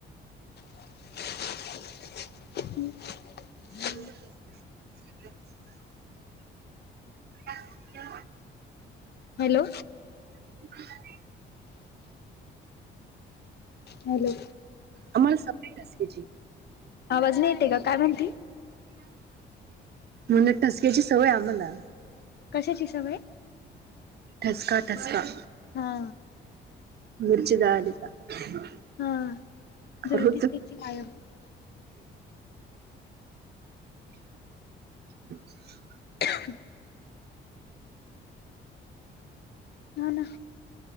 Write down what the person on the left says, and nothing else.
ह्
हॅलो
हॅलो
आवाज नाही येते का काय म्हणते
कशाची सवय
हा.
हा
जळतीच त्यांची कायम
ह <inaudible> हा ना